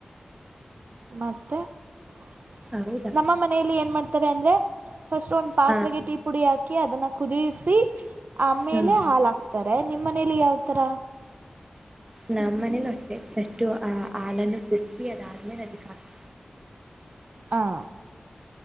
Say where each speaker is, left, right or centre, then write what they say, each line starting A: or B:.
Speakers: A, on the right (about 60°); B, on the right (about 20°).
A: ಮತ್ತೆ <inaudible>
B: ಹೌದಾ
A: ನಮ್ಮ ಮನೆಯಲ್ಲಿ ಏನ್ ಮಾಡ್ತಾರೆ ಅಂದ್ರೆ ಫಸ್ಟ್ ಒಂದು ಪಾತ್ರೆಗೆ
B: ಹಾ
A: ಟೀ ಪುಡಿ ಹಾಕಿ ಅದನ್ನ ಕುದಿಸಿ ಆಮೇಲೆ
B: ಹ್ಮ್
A: ಹಾಲ ಹಾಕ್ತ ತಾರೆ ನಿಮ್ಮ್ ಮನೇಲಿ ಯಾವ ತರ
B: ನಮ್ಮ ಮನೇಲ ಅಷ್ಟೆ ಪಸ್ಟು ಹಾಲನ್ನು ಕುದಸಿ ಅದಾದ್ಮೇಲೆ ಅದಕ್ಕಾಕ್ತದೆ.
A: ಹಾ